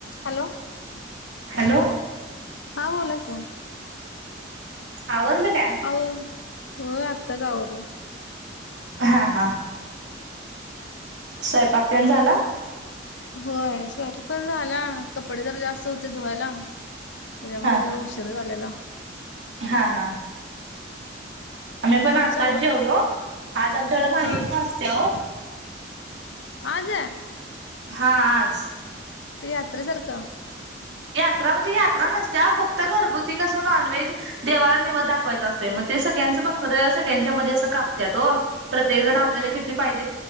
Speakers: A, on the left; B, on the right.
A: हॅलो
B: हॅलो
A: हां बोला की.
B: आवरलं का?
A: अहो होय आत्ताच आवरलं
B: हां-हां, स्वयंपाक तेन झाला.
A: होय, स्वयंपकन झाला. कपडे जर जास्त होते धुवायला. तेज्यामुळ
B: हा
A: जरा उशीर झालेला.
B: हा हा आम्ही पण
A: तुमचं
B: आत्ताच
A: आवरलं
B: जेवलो आज आमच्याकडे माही
A: हा
B: म्हणून असत्या ओ.
A: आज
B: हा आज
A: ते यात्रे सारखं
B: यात्रा म्हणजे यात्रा नसते फक्त घरगुती कसं नॉनव्हेज देवाला निवद दाखवायचं असत मग ते सगळ्यांचं बकर सगळ्यांच्या मध्ये असं कापत्यात हो प्रत्येक जण
A: हो
B: आपल्याला किती पाहिजे